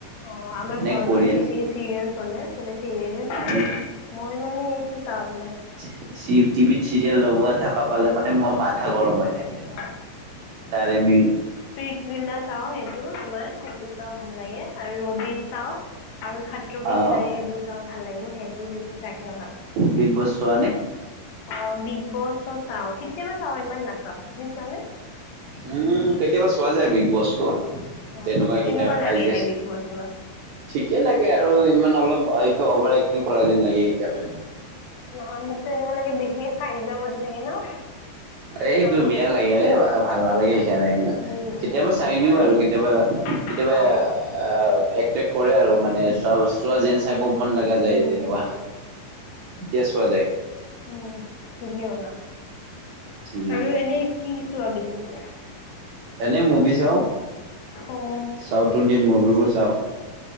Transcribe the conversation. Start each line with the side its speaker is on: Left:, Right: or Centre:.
Left: অ আমাৰ
Right: এনে
Left: ঘৰত
Right: কোৰিয়ান
Left: মানে বেচিকে চিৰিয়েল চলে চব চিৰিয়েল
Right: এই
Left: মই মানে এইটো চাওঁ তোমাৰ
Right: <unintelligible> টিভিত চিৰিয়েল লগোৱা থকা পালে মানে মই মা <unintelligible> গৰম হৈ থাকে
Left: অ
Right: তাৰে বি
Left: ফিচ বিলা চাওঁ সেইটো তোমাৰ সেইটো চাওঁ ভাল লাগে আৰু ৰ'ড চাওঁ আৰু সাত্ৰক
Right: অ',
Left: খিলাাৰী সেইবোৰ চাও ভাল লাগে মই সেইবোৰ বেছি চাই খনে ভাল পাওঁ
Right: বিগ বছ চোৱা নে
Left: অ বিগ বছ চাওঁ কেতিয়াবা চাও ইমান নাচাও তুমি চোৱানে
Right: উম কৈতিয়া বছোৱা যায় বিগ বছটো
Left: অ
Right: তেনেকুৱা কেতিয়াবা
Left: কেনেকুৱা
Right: কাজিয়া
Left: লাগে এনে বিষ বস্তু মান
Right: ঠিকে লাগে আৰু, ইমান অলপ এইটো অভাৰ এক্টিং কৰা যেন লাগে কেতিয়াবা।
Left: নহয় মোকতো এনেকুৱা লাগে বেছি দে সাহ্য কৰি থাকে ন?
Right: এইটো
Left: চবে মিলি
Right: বেয়া লাগে এ ভাল নালাগে সেইকাৰণে ইমানে।
Left: উম
Right: কেতিয়াবা
Left: উম
Right: চাই
Left: হয়
Right: দিওঁ আৰু
Left: হয়
Right: কেতিয়াবা কেতিয়াবা
Left: অ
Right: আহ একটেক কৰে আৰু মানে চোৱা বতা চোৱা যেন চাই ব মন লগা যায়
Left: উম
Right: তেনেকুৱা,
Left: উম
Right: তেতিয়া চোৱা যায়।
Left: উম ঠিকেই ক'লা,
Right: উম,
Left: আৰু এনেই কি কিছো আৰু বেছিকে?
Right: এনেই মুভি চাওঁ।
Left: অ
Right: ছাউথ ইণ্ডিয়ান মুভিবোৰ চাওঁ।